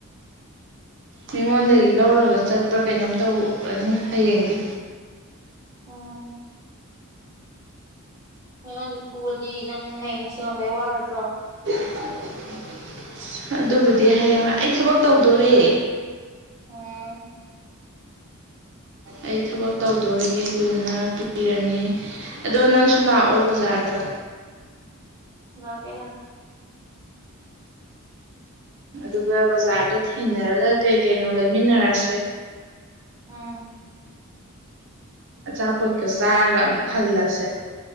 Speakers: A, on the right; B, on the right.
A: ꯃꯤꯉꯣꯟꯗꯒꯤ ꯂꯧꯔꯒ ꯆꯠꯄ꯭ꯔꯥ ꯀꯩꯅꯣꯝ ꯇꯧꯔꯅꯤ ꯍꯌꯦꯡꯗꯤ
B: ꯎꯝ ꯃꯤꯉꯣꯟꯗꯤ ꯄꯨꯔꯗꯤ ꯅꯪ ꯍꯌꯦꯡ ꯁꯤꯡꯉꯝꯗꯥꯏ ꯋꯥꯔꯣꯏꯗ꯭ꯔꯣ
A: <unintelligible> ꯑꯗꯨꯕꯨꯗꯤ ꯍꯌꯦꯡ ꯑꯩ ꯊꯕꯛ ꯇꯧꯗꯣꯔꯦ
B: ꯎꯝ
A: ꯑꯩ ꯊꯕꯛ ꯇꯧꯗꯣꯔꯦ ꯑꯗꯨꯗꯨꯅ ꯄꯤꯔꯅꯤ ꯑꯗꯣ ꯅꯪꯁꯨ ꯂꯥꯛꯑꯣ ꯕꯖꯥꯔꯗ
B: ꯂꯥꯛꯀꯦ ꯂꯥꯛꯀꯦ
A: ꯑꯗꯨꯒ ꯕꯖꯥꯔꯗ ꯊꯦꯡꯅꯔꯒ ꯀꯩ ꯀꯩꯅꯣ ꯂꯩꯃꯤꯟꯅꯔꯁꯦ
B: ꯎꯝ
A: ꯑꯆꯥꯄꯣꯠꯀ ꯆꯥꯔꯒ ꯑꯃꯨꯛ ꯍꯜꯂꯁꯦ